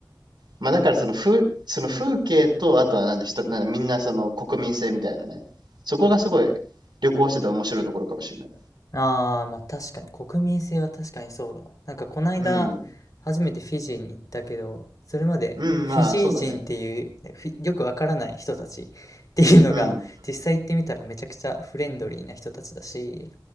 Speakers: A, on the right (about 75°); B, on the left (about 50°).
A: まあだからその風、その風景と、あとはなんで人、なんだみんなその国民性みたいなね。そこがすごい旅行してて面白いところかもしれない。
B: ああ、まあ確かに、国民性は確かにそうだ。なんかこないだ、
A: うん。
B: 初めてフィジーに行ったけど、それまでフィジー人っていう、
A: うん、まあそうだね。
B: ねフィよくわからない人たち <laughs> っていうのが、
A: うん。
B: 実際行ってみたらめちゃくちゃフレンドリーな人たちだし、